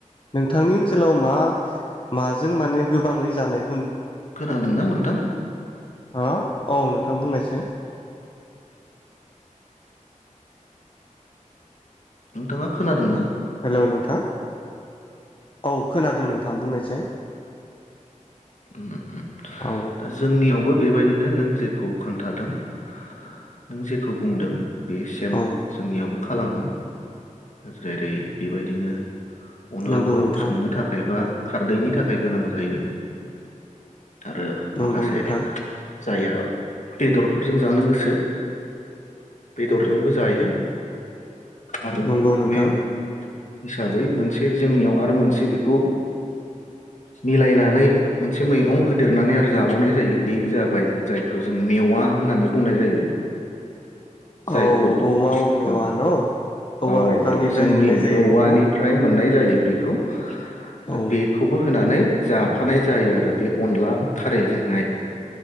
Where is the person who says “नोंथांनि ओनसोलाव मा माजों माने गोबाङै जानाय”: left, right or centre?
Left